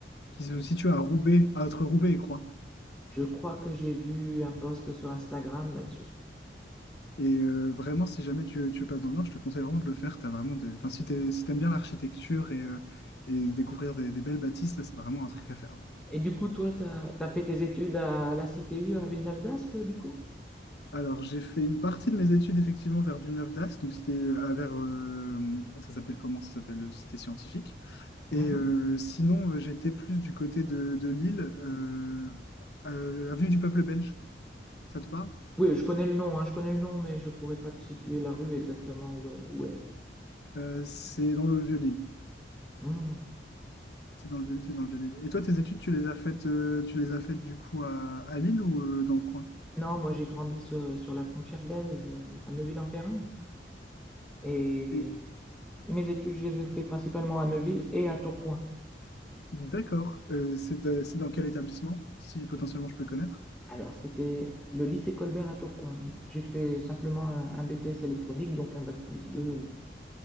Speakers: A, on the left (about 65°); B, in the centre.
A: qui se situe à Roubaix, entre Roubaix et Croix.
B: Je crois que j'ai vu un post sur Instagram là-dessus.
A: Et euh, vraiment, si jamais tu, tu passes dans le Nord, je te conseille vraiment de le faire. T'as vraiment des... enfin, si t'es- si t'aimes bien l'architecture et, euh, et découvrir des, des belles bâtisses, là, c'est vraiment un truc à faire.
B: Et du coup, toi, t'as, t'as fait tes études à, à la CTU à Villeneuve-d'Ascq, du coup?
A: Alors, j'ai fait une partie de mes études, effectivement, vers Villeneuve-d'Ascq. Donc, c'était à vers... euh, ça s'appelle comment? Ça s'appelle euh, Cité Scientifique. Et
B: Mhm.
A: euh, sinon, euh, j'étais plus du côté de, de Lille, euh, euh, Avenue du Peuple Belge. Ça te parle?
B: Oui, je connais le nom, hein, je connais le nom, mais je pourrais pas te situer la rue exactement où, elle où elle est.
A: Euh, c'est dans le Vieux-Lille.
B: Mhm.
A: C'est dans le vieux, c'est dans le vieux Lille. Et toi, tes études, tu les as faites, euh, tu les as faites du coup à, à Lille ou euh, dans le coin?
B: Non, moi j'ai grandi sur, sur la frontière belge, euh, à Neuville-en-Ferrain. Et
A: Et
B: mes études, je les ai fait principalement à Neuville et à Tourcoing.
A: d'accord, euh, c'est de- c'est dans quel établissement, si potentiellement je peux connaître?
B: Alors, c'était le lycée Colbert à Tourcoing. J'ai fait simplement un, un BTS électronique, donc un bac plus 2